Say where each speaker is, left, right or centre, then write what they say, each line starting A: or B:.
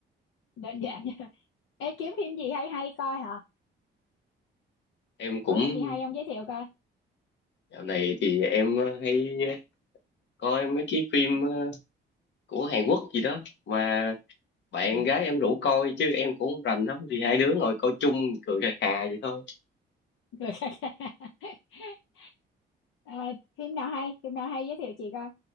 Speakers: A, on the left; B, on the left.
A: đơn giản nha Ê, kiếm phim gì hay hay coi hả
B: em cũng
A: có phim gì hay không giới thiệu coi
B: dạo này thì em ờ, hay ờ, coi mấy cái phim ờ, của Hàn Quốc gì đó mà bạn
A: ừ.
B: gái em rủ coi chứ em cũng không rành lắm thì hai đứa ngồi coi chung cười khà khà vậy thôi
A: cười khà khà. <laughs> Ờ, phim nào hay phim nào hay giới thiệu chị coi